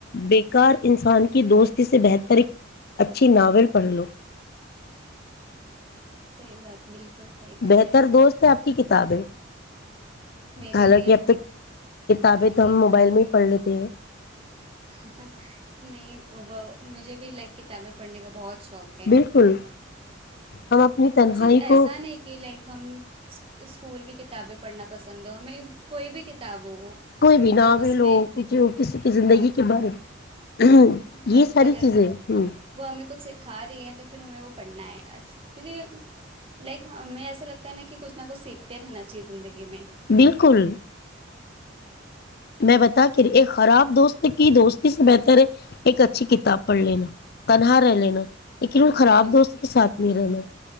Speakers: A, on the left; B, on the right.
A: بیکار انسان کی دوستی سے بہتر ایک اچھی ناول پڑھ لو
B: صحیح بات بالکل صحیح بات
A: بہتر
B: ہے
A: دوست ہے آپ کی کتابیں
B: میرے
A: حالانکہ
B: بھی
A: اب تک کتابیں
B: بولیے
A: تو ہم موبائل میں ہی پڑھ لیتے <unintelligible> ج <unintelligible>
B: نہیں وہ مج <unintelligible> مج بھی لائک کتابیں پڑھنے کا بہت شوق ہے
A: بالکل ہم اپنی تنہائی
B: صرف ایسا
A: کو
B: نہیں کہ لائک ہم اسکول کی کتابیں پڑھنا پسند ہو ہمیں کوئی بھی کتاب ہو
A: کوئی بھی
B: اگر
A: ناول
B: اس
A: ہو
B: میں
A: ک جو کسی کی زندگی
B: ہاں
A: کے بارے میں
B: بٹ
A: یہ ساری
B: اگر
A: چیزیں ہوں
B: وہ ہمیں کچھ سکھا رہی ہے تو پھر ہمیں وہ پڑھنا ہے کیونکہ لائک ہمیں ایسا لگتا نا کچ نہ کچھیکھتے رہنا چاہی زندگی میں
A: بالکل میں بتا کر ایک خراب دوست کی دوستی سے بہتر ہے ایک اچھی کتاب پڑھ لینا تنہا رہ لینا لیکن ان
B: بالکل
A: خراب دوست کے ساتھ نہیں رہنا